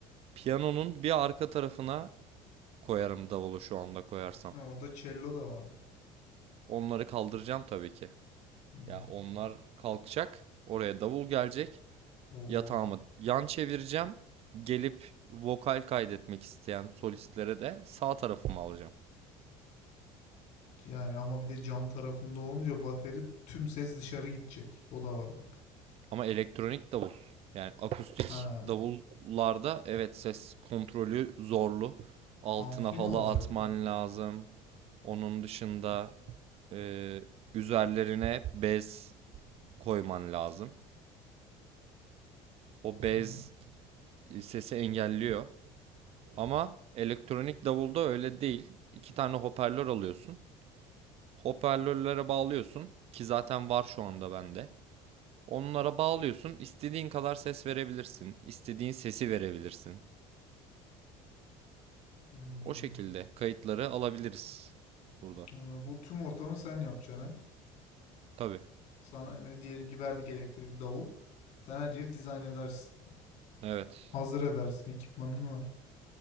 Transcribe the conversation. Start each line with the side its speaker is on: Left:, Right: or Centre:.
Right: Piyanonun bir arka tarafına koyarım davulu şu anda koyarsam.
Left: Ne orada cello da vardı.
Right: Onları kaldıracağım tabii ki.
Left: Hmm.
Right: Ya onlar kalkacak, oraya davul gelecek.
Left: Oo.
Right: yatağımı yan çevireceğim. Gelip vokal kaydetmek isteyen solistlere de sağ tarafımı alacağım.
Left: Yani ama bir de cam tarafında olunca bateri tüm ses dışarı gidecek. O da var bak.
Right: Ama elektronik davul yani akustik
Left: Ha.
Right: davullarda evet ses kontrolü zorlu. Altına
Left: Amfi mi
Right: halı
Left: olacak?
Right: atman lazım. Onun dışında e, üzerlerine bez koyman lazım. O bez
Left: Hmm.
Right: sesi engelliyor. Ama elektronik davulda öyle değil. İki tane hoparlör alıyorsun. Hoparlörlere bağlıyorsun ki zaten var şu anda bende. Onlara bağlıyorsun. istediğin kadar ses verebilirsin. istediğin sesi verebilirsin.
Left: Hmm.
Right: O şekilde kayıtları alabiliriz burada.
Left: Ama bu tüm ortamı sen yapacaksın ha.
Right: Tabii.
Left: Sana e, diyelim ki verdik elektrikli davul. Sen her yeri dizayn edersin.
Right: Evet.
Left: Hazır edersin. Ekipmanın var.